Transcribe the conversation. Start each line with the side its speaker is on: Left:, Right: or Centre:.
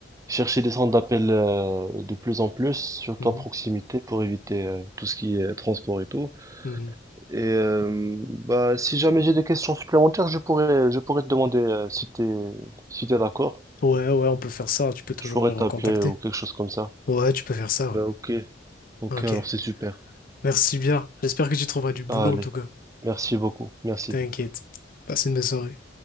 Right: chercher des centres d'appel euh, de plus en plus, surtout
Left: Mhm.
Right: à proximité, pour éviter euh, tout ce qui est transport et tout.
Left: Mhm.
Right: Et euh, bah, si jamais j'ai des questions supplémentaires, je pourrais, je pourrais te demander euh, si t'es, si t'es d'accord.
Left: Ouais, ouais, on peut faire ça. hein. Tu peux toujours
Right: Je pourrais
Left: me recontacter.
Right: t'appeler ou quelque chose comme ça.
Left: Ouais, tu peux faire ça.
Right: Bah, ok. Ok,
Left: ouais. Ok.
Right: alors c'est super.
Left: Merci bien. J'espère que tu trouveras du boulot
Right: Ah, allez,
Left: en tout cas.
Right: merci beaucoup. Merci.
Left: T'inquiète. Passe une bonne soirée.